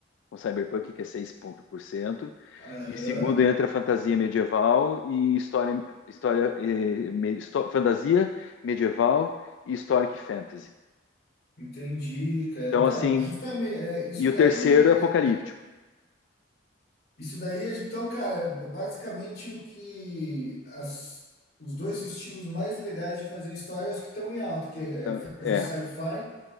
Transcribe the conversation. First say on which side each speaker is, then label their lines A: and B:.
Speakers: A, on the left; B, on the left.
A: com cyberpunk, que é seis por cento
B: Aham.
A: E segundo entra a fantasia medieval e história, história eh, me- histó- fantasia medieval e historic fantasy.
B: Entendi, cara.
A: Então,
B: Então,
A: assim,
B: justamente, é, isso
A: e o
B: daí
A: terceiro
B: é.
A: é apocalíptico.
B: Isso daí, então, cara, basicamente o que as, os dois estilos mais legais de fazer história é os que estão em alta, que é
A: Então, é,
B: fazer sci-fi